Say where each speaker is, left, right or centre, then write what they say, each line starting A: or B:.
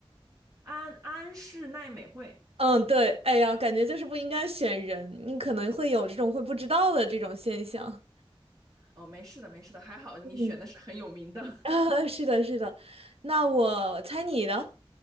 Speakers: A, on the right; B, on the right.
A: 安安室奈美惠。
B: 嗯，对，哎呀，感觉就是不应该选人，你可能会有这种会不知道的这种现象。
A: 哦，没事的，没事的，还好你选的是很有名的。
B: 嗯，<laughs> 啊，是的，是的。那我猜你的。